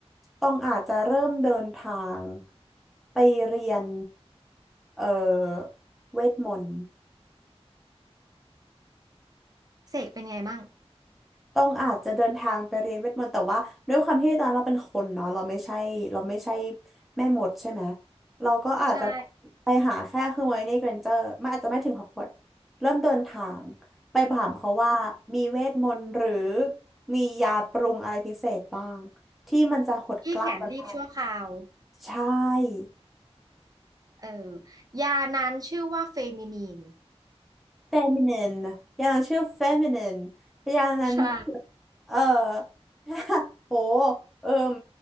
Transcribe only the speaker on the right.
เสกเป็นไงมั่ง
ใช่
ที่แขนรีบชั่วคราว
เออยานั้นชื่อว่าเฟมินีน
ใช่